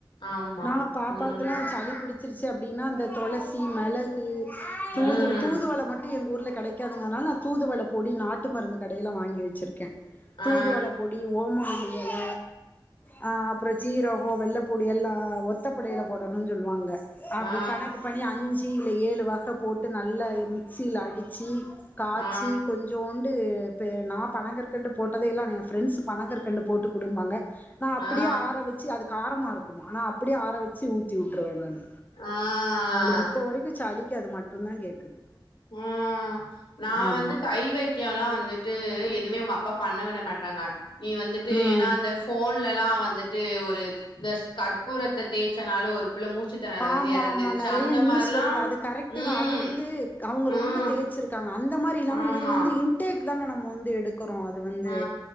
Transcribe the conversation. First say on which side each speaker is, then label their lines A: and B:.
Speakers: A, on the left; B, on the left.
A: ஆமா
B: நா பாப்பாக்கெல்லா
A: ம்
B: சளி புடுச்சுருச்சு அப்டின்னா இந்த தொளசி மெளகு தூது
A: ம்
B: தூதுவள மட்டு இருந் ஊருல கெடைக்காதுங்குறனால நா தூதுவள பொடி நாட்டு மருந்து கடையில வாங்கி வெச்சுருக்க தூதுவள
A: ஆ
B: பொடி ஓமவல்லி எல ஆ அப்பறோ சீரகோ வெள்ளப் பொடி எல்லா ஒத்தப்படையில போடணுன் சொல்லுவாங்க அப்டி
A: ஆ
B: கணக்கு பண்ணி அஞ்சு ச்சியில ஏழு வகை போட்டு நல்லா மிக்சியில அடிச்சி காச்சி
A: ஆ
B: கொஞ்சோண்டு இப்போ நான் பணங்கற்கண்டு போட்டதே இல்ல என் ஃப்ரெண்ட்ஸ் பணங்கற்கண்டு போட்டு குடும்பாங்க நான் அப்டியே
A: ஆ
B: ஆர வச்சி அதுக்கு காரமா இருக் ஆனா அப்டியே ஆ ரவச்சி ஊத்தி விட்டுருவேன் நானு
A: ஆ ஆ
B: அவளுக்கு இப்ப வரைக்கும் சளிக்கு மட் டும்தான் கேக்குது
A: ம் நான்
B: ஆமா
A: வந்து கை வைத்தியம் எல்லாம் வந்துட்டு எதுமே உங்க அப் பா பண்ண விட மாட்டாங்க நீ வந்துட்டு
B: ம்
A: ஏன்னா அந்த போன்ல எல்லாம் வந் வந்துட்டு ஒரு இந்த கற்பூரத்த தேய்ச்சனால ஒரு புள்ள மூச்சுத்திணற வந்து
B: ஆமா
A: எறந்துருச்சு
B: ஆமா நெறைய
A: அந்த
B: நியூஸ்
A: மாரிலா
B: வருது அது கரெக்ட்டு
A: ம்
B: தான் அது வந்து அவுங்க
A: ம்
B: ரொம்ப தேய்சிருக்காங் க அந்த மாரி இல்லாம
A: ஆமா
B: இது வந்து இன்டேக் இல்லன்னா நம்ம வந் து எடுக்கிறோம் அது வந்து
A: ஆ